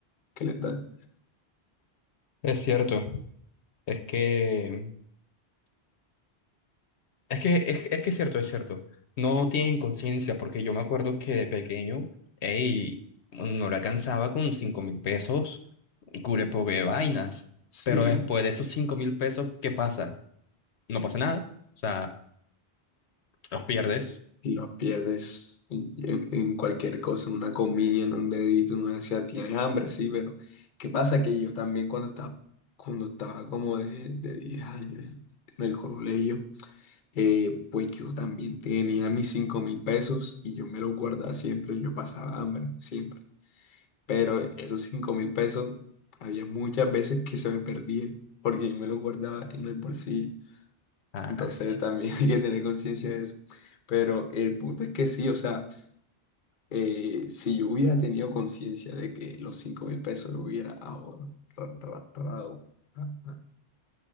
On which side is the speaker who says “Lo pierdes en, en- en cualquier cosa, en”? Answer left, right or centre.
Left